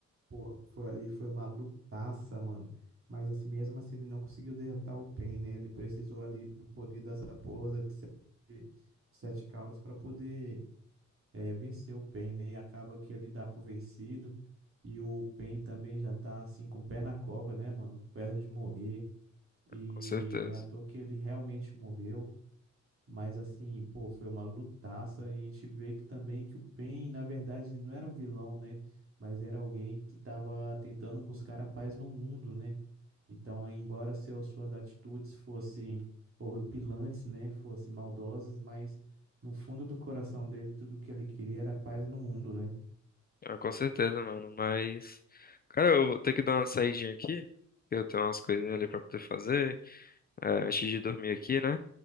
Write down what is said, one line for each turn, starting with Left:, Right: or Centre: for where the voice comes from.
Right: Pô, foi ali, foi uma lutaça, mano. Mas assim mesmo assim ele não conseguiu derrotar o Pain, né? Ele precisou ali do poder das raposas de sete, de sete caudas para poder eh, vencer o Pain, né? E acaba que ele dá pro vencido. E o Pain também já tá assim com o pé na cova, né, mano? Perto de morrer. E
Left: Com certeza.
Right: não é à toa que ele realmente morreu. Mas assim, pô, foi uma lutaça e a gente vê que também que o Pain, na verdade, ele não era o vilão, né? Mas era alguém que estava tentando buscar a paz no mundo, né? Então, embora seus, suas atitudes fossem horripilantes, né? Fossem maldosas, mas no fundo do coração dele, tudo que ele queria era paz no mundo, né?
Left: Ah, com certeza, mano. Mas, cara, eu vou ter que dar uma saidinha aqui. que Eu tenho umas coisinhas ali pra poder fazer. é, antes de dormir aqui, né?